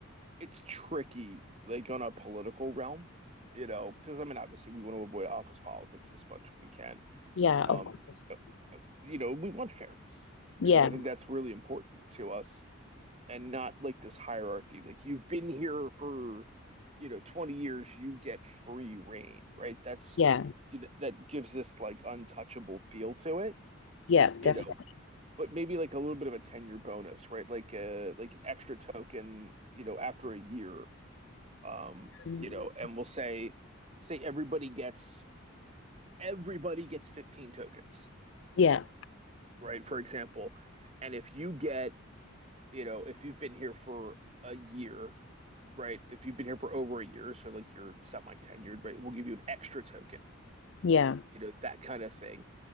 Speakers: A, on the right; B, on the left.
A: it's tricky like on a political realm, you know, because I mean obviously we want to avoid office politics as much as we can.
B: Yeah,
A: Um,
B: of course.
A: you know, we want fairness,
B: Yeah,
A: right? I mean, I think that's really important to us and not like this hierarchy. Like you've been here for, you know, 20 years, you get free reign, right? That's
B: yeah,
A: that gives this like untouchable feel to it,
B: yeah, definitely.
A: you know, but maybe like a little bit of a tenure bonus, right? Like a like an extra token, you know, after a year. Um,
B: Mm.
A: you know, and we'll say say everybody gets everybody gets 15 tokens,
B: Yeah,
A: right? For example. And if you get, you know, if you've been here for a year, right? If you've been here for over a year, so like you're semi tenured, right? We'll give you an extra token,
B: yeah,
A: you know, that kind of thing.